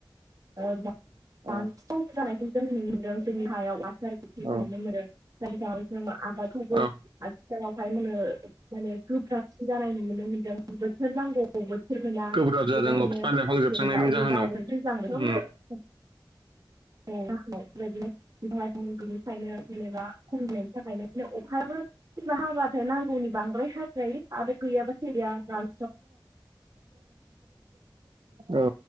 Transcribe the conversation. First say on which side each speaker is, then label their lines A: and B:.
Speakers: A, on the right; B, on the right.
A: ओ
B: औ
A: बांसिन
B: औ
A: जानायखौ जों नुनो मोन्दों जोंनि हायाव <unintelligible> <unintelligible>
B: औ
A: <unintelligible> आबादखौबो
B: औ
A: आथिखालावहाय मानो माने गोब्राबसिन जानाय नुनो मोनदों। बोथोर नांगौ बोथोर मोना
B: गोब्राब जादों
A: बेबायदिनो
B: बिफां लाइफां जोबस्रांनायनि
A: जेनेबा अबे
B: जाहोनाव
A: बाबो दैज्लां बोथोरावनो
B: उम
A: औ बेबायदिनो बिफां-लाइफां गैयैखायनो जेनेबा खमिनायनि थाखायनो बिदिनो अखायाबो कमबा हाबाथाय नांगौनि बांद्राय हाद्रायो आरो गैयाबा गैया रान
B: <unintelligible>